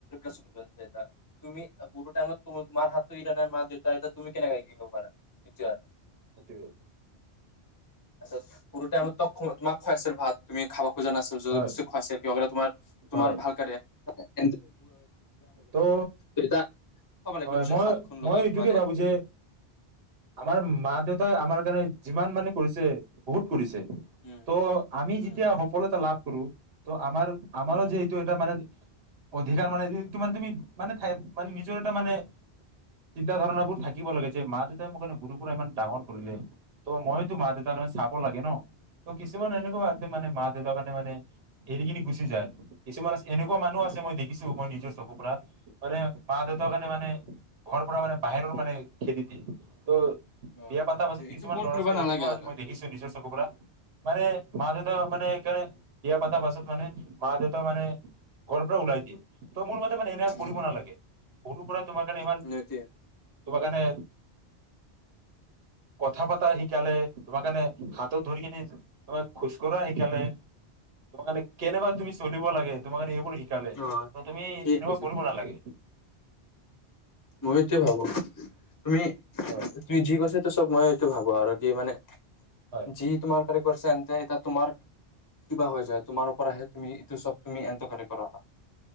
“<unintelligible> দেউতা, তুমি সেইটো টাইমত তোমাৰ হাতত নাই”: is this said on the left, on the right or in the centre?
Left